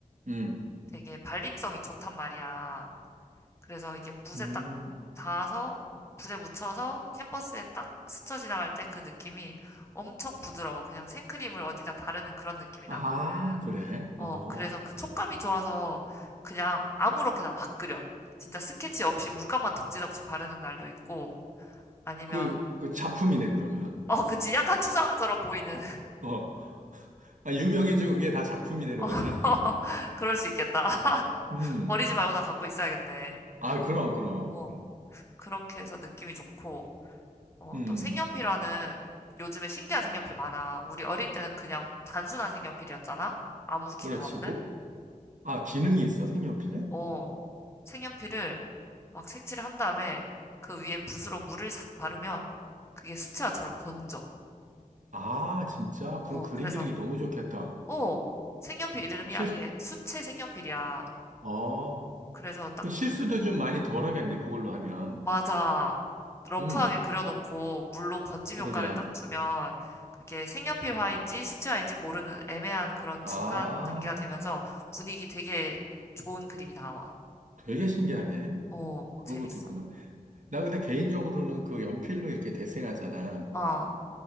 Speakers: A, on the right; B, on the left.
A: 음,
B: 되게 발림성이 좋단 말이야. 그래서 이게 붓에
A: 음.
B: 딱 닿아서 붓에 묻혀서 캔버스에 딱 스쳐 지나갈 때 그 느낌이 엄청 부드러워. 그냥 생크림을 어디다 바르는 그런 느낌이
A: 아,
B: 나거든.
A: 그래?
B: 어,
A: 어.
B: 그래서 그 촉감이 좋아서 그냥 아무렇게나 막 그려. 진짜 스케치 없이 물감만 덕지덕지 바르는 날도 있고 아니면
A: 그, 그 작품이네, 그러면.
B: 어, 그치. 약간 추상화처럼 보이는.
A: 어. 아, 유명해지면 그게 다 작품이 되는
B: 어, <laughs>
A: 거잖아.
B: 그럴 수 있겠다. <laughs>
A: 음.
B: 버리지 말고 다 갖고 있어야겠네.
A: 아, 그럼, 그럼,
B: 어,
A: 그럼.
B: 그렇게 해서 느낌이 좋고, 어,
A: 음.
B: 또 색연필화는 요즘에 신기한 색연필 많아. 우리 어릴 때는 그냥 단순한 색연필이었잖아? 아무
A: 그렇지.
B: 기능 없는?
A: 뭐, 아, 기능이 있어? 색연필에?
B: 어, 색연필을 막 색칠을 한 다음에 그 위에 붓으로 물을 싹 바르면 그게 수채화처럼 번져.
A: 아, 진짜?
B: 어,
A: 그럼 그림
B: 그래서,
A: 그리기 너무 좋겠다.
B: 어, 색연필 이름이
A: 실,
B: 아예 수채 색연필이야.
A: 어,
B: 그래서 딱
A: 그 실수도 좀 많이 덜 하겠네, 그걸로 하면.
B: 맞아. 러프하게
A: 음,
B: 그려놓고 물로 번짐
A: 그러게.
B: 효과를 딱 주면 그게 색연필 화인지 수채 화인지 모르는 애매한 그런
A: 아,
B: 중간 단계가 되면서 분위기 되게 좋은 그림이 나와.
A: 되게 신기하네.
B: 어,
A: 그런
B: 재밌어.
A: 것도 있구나. 나 근데 개인적으로는 그 연필로 이렇게 데생하잖아.
B: 어,